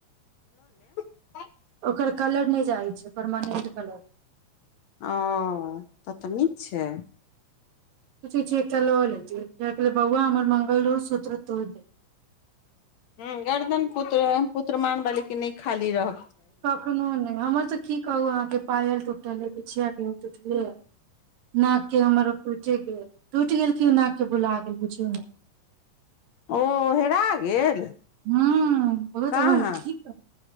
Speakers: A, on the left (about 65°); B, on the right (about 85°).
A: ब <unintelligible>
B: ओकर कलर नहि जाइ छै परमानेंट कलर
A: ओ तऽ त नीक छै
B: सोचै छियै एकटा लऽ लैत ब‌उआ हमर मंगलो सूत्र तोड़ दे
A: हँ गर्दन पुत्र पुत्र मान बलिक कि नहि खाली रह
B: कखनो नहि हमर तऽ की कहू अहाँके पायल टूटल हय बिछिया के तऽ टुटले न के हमर टुट टटि गेल टुटि गेल क ओ नाक के बुला गेल बुझियौ ने
A: ओ हेरा गेल
B: हू ब हुत
A: कहाँ
B: हम ठीक ह